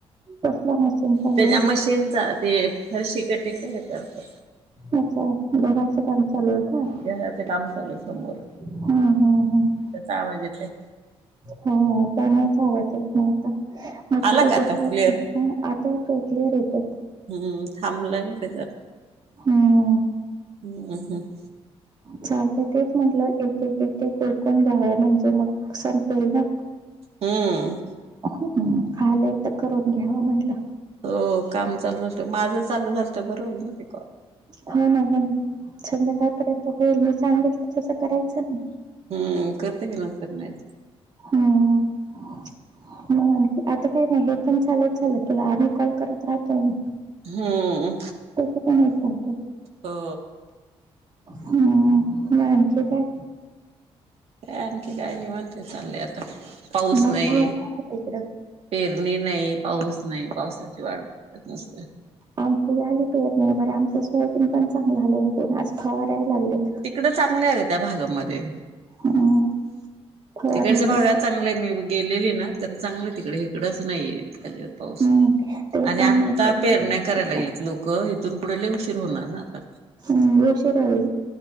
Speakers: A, on the right; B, on the right.
A: कसला मशीन चालू
B: त्याच्या
A: आहे
B: मशीनचा ते फरशी कटिंग नाही करत.
A: अच्छा ब का ल का
B: घराचं काम चालू आहे समोर
A: हम हम्म हम्म.
B: त्याचा आवाज येतोय
A: हा त्यामुळेच आवतेत नव्हता मग थोड
B: आला का आता
A: दुस.
B: क्लिअर
A: ह आता येतोय क्लिअर येतोय.
B: हम्म थांबलंय ना तेच्या.
A: हम्म.
B: हम्म हम्म.
A: चालत तेच म्हटलं एके कोुरकून द्याव म्हणजे मग. संपेल ना.
B: हम्म.
A: हो आलंय तर करून घ्यावं म्हणलं.
B: हो काम चालू झात माझं चालू झालत बरं होल न.
A: हो ना हो ना संध्याकाळपर्यंत होईल मी सांगितलं तसं करायचं ना.
B: हम्म करत की नंतर नाही.
A: हम्म म म्ह. काय नाही हे पण चालूच झालं तुला आम्ही कॉल करत राहतो ना.
B: हम्म
A: त्याच पण य नत
B: हो
A: हम् माख काय?
B: का आणखी काय नाही म्हणते चाललंय आता पाऊस
A: मग
B: नाही.
A: तू येणार का तिकडं
B: पेरणी नाही पाऊस नाही पावसाची वाट बघतात मत
A: आमची झाली पेत नाही बरं आमच स्वयबीन पण चांगलंलंयण आज फवारय लागलेत.
B: तड चांग त्या भागामध्ये
A: हम्म, फवारणी
B: तिकडच्या भाग.
A: करतात.
B: चांगलंय मी गेलेली ना तर चांगलं तिकडे हकडंच नाहीये त्यावर पाऊस
A: हम्म, ते
B: आणि
A: तणनाशक
B: आत्ता पेरण्या
A: फवारतात.
B: करायला लागल्यात लोकं इिथून पुढे लले उशीर होणार ना आता
A: हम् बेशरा आहे.